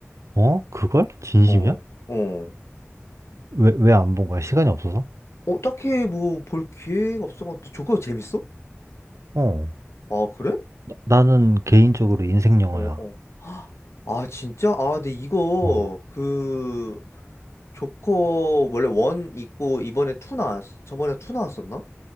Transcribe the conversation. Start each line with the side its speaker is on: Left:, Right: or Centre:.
Right: 어? 그걸? 진심이야?
Left: 어, 어,
Right: 왜, 왜 안 본 거야? 시간이 없어서?
Left: 어 딱히 뭐 볼 기회가 없어가지고 조커 재밌어?
Right: 어.
Left: 아 그래?
Right: 나- 나는 개인적으로 인생 영화야.
Left: 어, 어. 헉, 아, 진짜? 아, 근데 이거,
Right: 어.
Left: 그, 조커, 원래 원 있고, 이번에 투 나왔, 저번에 투 나왔었나?